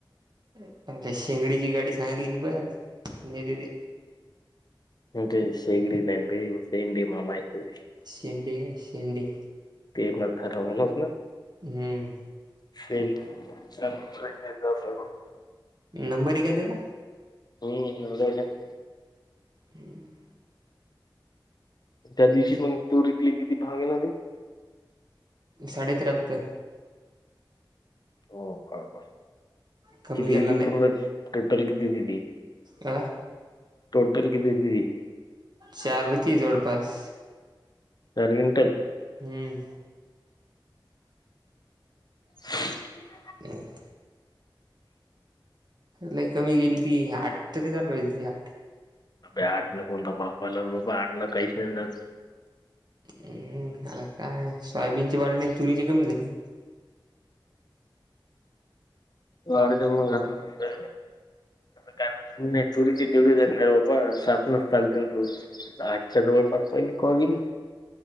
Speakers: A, on the right (about 55°); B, on the left (about 55°).
A: यांच्या शेंगडीची गाडी सांगितली की बस नेहते ते.
B: यांचे शेगडी ज्ञान बाई तेन बी मामा येतोय.
A: शेंडी आहे शेंडी.
B: ते एक मरथा राहवलास ना.
A: हम्म.
B: <inaudible>
A: नंबर ये काय त्याचा.
B: हम् केवढ्या वेळ झाला.
A: हम्म.
B: त्या दिवशी मग तूर इकली किती भागेल ते.
A: साडे त्र्याहत्तर.
B: हो बरोबर
A: कमी
B: किती
A: गेला
B: होती
A: लय
B: पन्हा टोटल किती होती ती.
A: आ.
B: टोटल किती इकली.
A: चार होती जवळपास.
B: चार क्विंटल.
A: हम्म.
B: <inaudible>
A: ह, <inaudible> ला कमी गेली ती आठ तरी झाल ती आ.
B: ह आठ न कोण दबाव पलार बाबा आठ न कैस नाही जात.
A: हम्म आता काय सोयाबीनची वाढले तुरीची कमी झाली.
B: वाड त म आता. कारण त तुरीची तेवढीचेतणार बाबा सातनच चालते ना. आठच्या जवळपास पहिली कवा गेली.